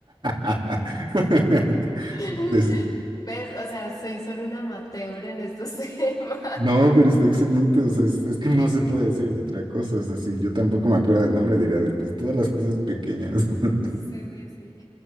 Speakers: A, on the right (about 55°); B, on the left (about 40°).
A: <laughs>
B: <laughs>
A: Es-
B: ¿Ves? O sea, soy solo una amateur en estos <laughs> temas.
A: No, pero está excelente, o sea, es, es que no se puede decir de otra cosa, o sea, si yo tampoco me acuerdo del nombre, diría de pues todas las cosas pequeñas. <laughs>
B: Sí, sí, sí.